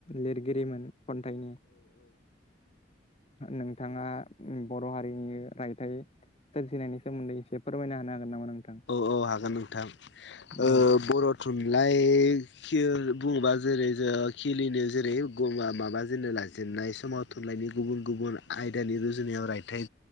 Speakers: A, on the left (about 35°); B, on the left (about 65°).
A: लिरगिरिमोन खन्थाइनि नोंथाङा बर' हारिनि रायथाइ सोरजिनायनि सोमोन्दै एसे फोरमायना होनो हागोन नामा नोंथां?
B: औ हागोन नोंथां
A: औ
B: ओ बर' थुनलाइ खि बुङोबा जेरै ओ खिलिनो जेरै माबााजेननो लाजेननाय समाव थुनलाइनायनि गुबुन गुबुन आयदानि रुजुनायाव रायथाइ